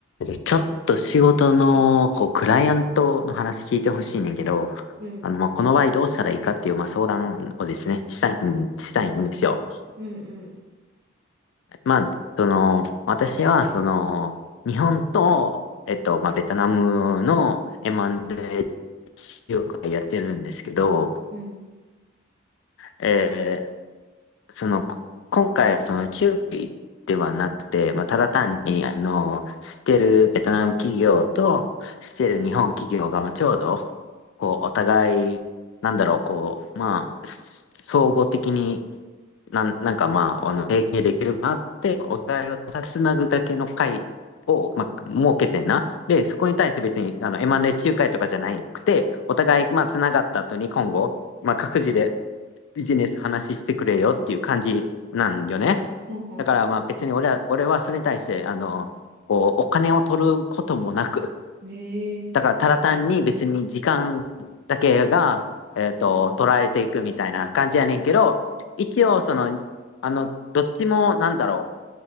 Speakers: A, on the left (about 70°); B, on the right (about 55°).
A: じゃあちょっと仕事の、こう、クライアントの話聞いてほしいねんけど、
B: うん、
A: あの、まあ、この場合どうしたらいいかっていう、まあ、相談をですね、したいん、したいんですよ。
B: うん、うん、
A: まあ、その、私は、その、日本と、えっと、まあ、ベトナムの M&A 業界やってるんですけど、
B: うん。
A: えーその、こ今回はその中継ではなくて、まあ、ただ単に、あの、知ってるベトナム企業と知ってる日本企業がまあちょうど、こう、お互い、なんだろう、こう、まあ、s- 総合的になん、なんかまあ、あの、提携できるかなって、お互いをただつなぐだけの会を、まあ、設けてんな。で、そこに対して別に、あの、M&A 仲介とかじゃなくて、お互い、まあ、つながった後に今後、まあ、各自でビジネス話してくれよっていう感じなんよね。
B: ほんほんほ
A: だからまあ別に俺は、俺はそれに対して、あの、こう、お金を取ることもなく、
B: ん。へえ、
A: だからただ単に別に時間だけが、えっと、取られていくみたいな感じやねんけど、一応その、あの、どっちもなんだろ